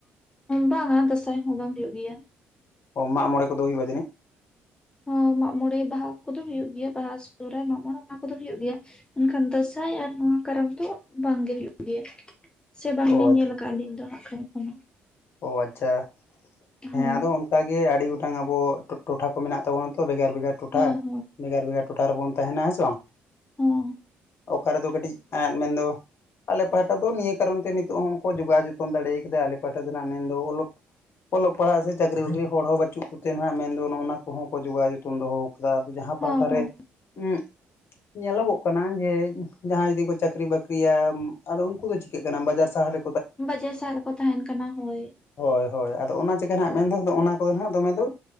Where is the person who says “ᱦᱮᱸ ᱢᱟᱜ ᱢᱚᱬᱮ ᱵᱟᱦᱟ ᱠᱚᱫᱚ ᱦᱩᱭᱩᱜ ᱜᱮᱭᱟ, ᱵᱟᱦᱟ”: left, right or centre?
Left